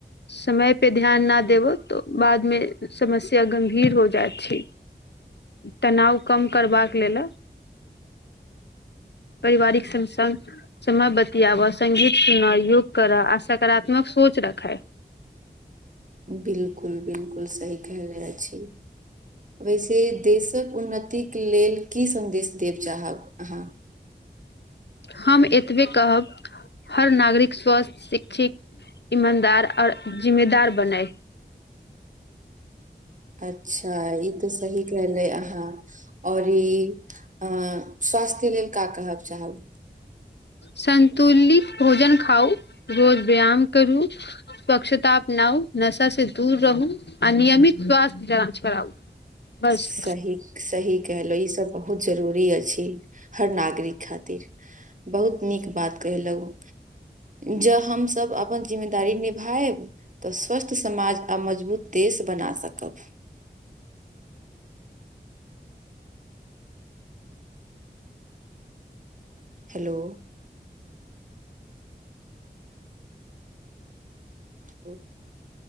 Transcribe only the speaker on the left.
समयपे ध्यान न देबौ तऽ बादमे समस्या गम्भीर हो जाइत छै तनाव कम करबाक लेल
पारिवारिक सम संग समय बतियाबय सङ्गीत सुनह योग करय आ सकारात्मक सोच रखै
हम एतबे कहब हर नागरिक स्वस्थ शिक्षित ईमानदार आओर जिम्मेदार बनय
संतुलित भोजन खाउ रोज व्यायाम करू स्वच्छता अपनाउ नशा से दूर रहू नियमित स्वास्थ्य जाँच कराउ बस